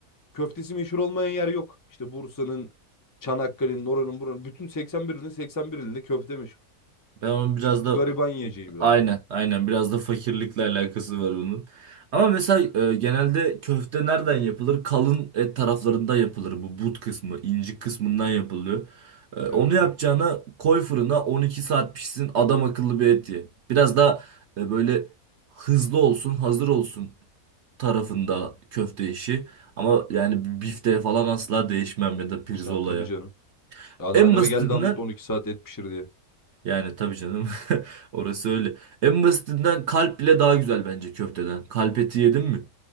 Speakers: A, on the left (about 30°); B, on the right (about 60°).
A: köftesi meşhur olmayan yer yok. İşte Bursa'nın, Çanakkale'nin, oranın, buranın. Bütün 81 ilin 81 ilinde köfte meşhur.
B: ben onun biraz
A: Çünkü
B: da
A: gariban yiyeceği biraz
B: aynen
A: da.
B: aynen biraz da fakirlikle alakası var onun. Ama mesela e, genelde köfte nereden yapılır? Kalın et taraflarında yapılır. Bu but kısmı, incik kısmından yapılıyor. E, onu
A: Evet
B: yapacağına
A: evet.
B: koy fırına 12 saat pişsin adam akıllı bir et ye. Biraz da böyle hızlı olsun, hazır olsun tarafında köfte işi. Ama yani bir bifteye falan asla değişmem ya da pirzolaya.
A: Ya tabii canım. Anneanneme
B: En basitinden
A: geldi anlattı 12 saat et pişir diye.
B: yani tabii canım <laughs> orası öyle. En basitinden kalp bile daha güzel bence köfteden. Kalp eti yedim mi?